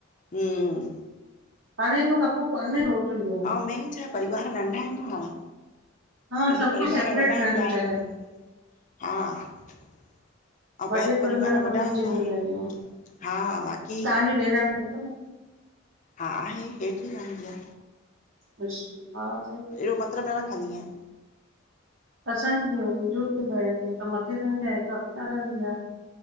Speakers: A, on the left; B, on the right.
A: हम्म।
B: हाणें एॾो खपो कोन्हे रोटियुनि जो।
A: अंउं मेन छा हे परिवार नंढा हिनि हाणें।
B: हा
A: पहिरियूं
B: सभु
A: परिवार
B: कुझु सेपरेट
A: वॾा
B: रहण
A: हूंदा
B: थो
A: हा,
B: चाहे
A: हा। अंउं
B: वॾे
A: पहिरियूं परिवार
B: में वॾी
A: वॾा हूंदा
B: ज़िमेदारियूं
A: हा, हा बाक़ी
B: तव्हांजी ॾेराणी अथव?
A: हा आहे हेठि ही रहंदी आ।
B: अच्छा।
A: अहिड़ो मतिलब न रखंदी एं।
B: असांजी मुंहिंजो ॿ <unintelligible> हिक मथे रहन्दी आ हिक क रहन्दी आ